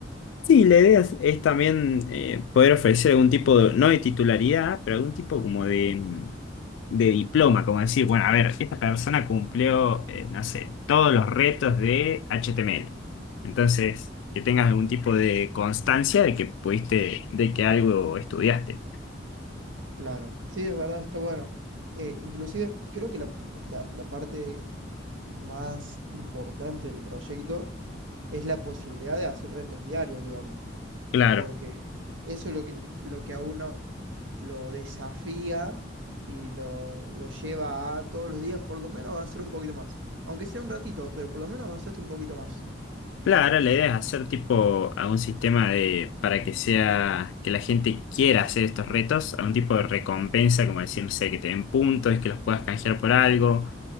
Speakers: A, on the left; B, on the right.
A: Sí, la idea es, es también eh, poder ofrecer algún tipo de, no de titularidad, pero algún tipo como de, mm, de diploma, como decir, bueno, a ver, esta persona cumplió, eh, no sé, todos los retos de HTML. Entonces, que tengas algún tipo de constancia de que pudiste, de que algo estudiaste.
B: Claro, sí, es verdad, está bueno. Eh, inclusive creo que la, la- la parte más importante del proyecto es la posibilidad de hacer retos diarios, digamos,
A: Claro,
B: porque eso es lo que, lo que a uno lo desafía y lo, lo lleva a todos los días por lo menos avanzar un poquito más, aunque sea un ratito, pero por lo menos avanzaste un poquito más.
A: claro, la idea es hacer tipo a un sistema de, para que sea, que la gente quiera hacer estos retos, a un tipo de recompensa, como decir, no sé, que te den puntos, que los puedas canjear por algo